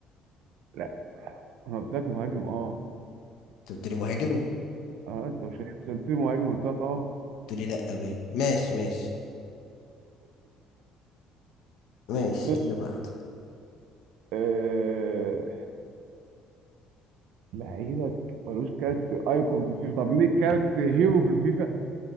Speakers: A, on the right; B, on the left.
A: لا انا قلت لك مهاجم
B: مم.
A: اه
B: انت قلت لي مهاجم؟
A: اه انت مش سألتني مهاجم قلت لك اه
B: قلت لي لا بيه ماشي ماشي ماشي
A: <laughs>
B: اللي بعده
A: أه... لعيبك ملوش كارت ايكون في الفيفا طب ليه كارت هيرو في الفيفا